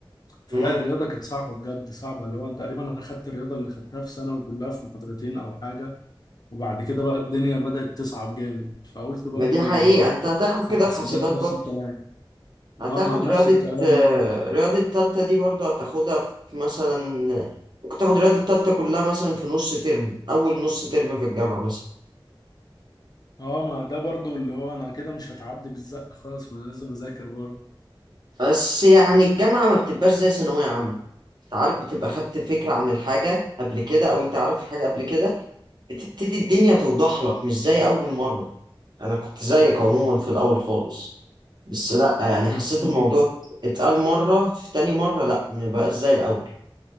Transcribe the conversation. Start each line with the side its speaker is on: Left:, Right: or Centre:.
Left: فلا
Right: مم.
Left: الرياضه كانت صعبه بجد صعبه اللي هو انت تقريبا انا خدت الرياضه اللي خدتها في ثانوي كلها في محاضرتين او حاجه وبعد كده بقى الدنيا بدات تصعب جامد فقلت برضو
Right: ما دي حقيقة
Left: هروح
Right: أنت هتاخد
Left: في
Right: كده
Left: حاسبات
Right: في حاسبات
Left: نفس
Right: برضه
Left: الكلام
Right: هتاخد
Left: اه ما نفس
Right: رياضة
Left: الكلام
Right: آه،
Left: برضو
Right: رياضة تالتة دي برضه هتاخدها في مثلا ممكن تاخد رياضة تالتة كلها مثلا في نص ترم أول نص ترم في الجامعة مثلا
Left: اه ما ده برضو اللي هو انا كده مش هتعدي بالزق خالص ما أنا لازم اذاكر برضو
Right: بس يعني الجامعة ما بتبقاش زي ثانوية عامة أنت عارف بتبقى خدت فكرة عن الحاجة قبل كده أو أنت عارف الحاجة قبل كده بتبتدي الدنيا توضح لك مش زي أول مرة أنا كنت زيك عموما في الأول خالص بس لا يعني حسيت
Left: بس
Right: الموضوع اتقال مرة في تاني مرة لا مبقاش زي الأول